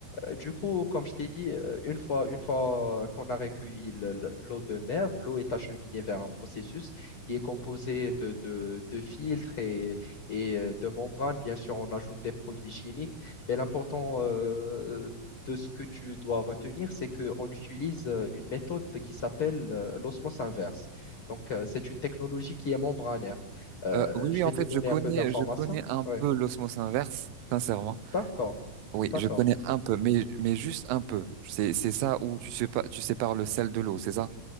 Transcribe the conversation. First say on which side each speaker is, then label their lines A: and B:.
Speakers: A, on the left; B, on the right.
A: Euh, du coup, comme je t'ai dit, euh, une fois, une fois qu'on a recueilli le- le- l'eau de mer, l'eau est acheminée vers un processus qui est composé de, de, de filtres et, et euh, de membranes. Bien sûr, on ajoute des produits chimiques, mais l'important euh, de ce que tu dois retenir, c'est qu'on utilise euh, une méthode qui s'appelle euh, l'osmose inverse. Donc, euh, c'est une technologie qui est membranaire. Euh,
B: Euh, oui, oui,
A: je vais
B: en
A: te
B: fait,
A: donner
B: je connais,
A: un peu d'informations.
B: je connais un peu
A: Oui,
B: l'osmose inverse, sincèrement.
A: d'accord,
B: Oui,
A: d'accord.
B: je connais un peu, mais, mais juste un peu. C'est, c'est ça où tu sépares, tu sépares le sel de l'eau, c'est ça?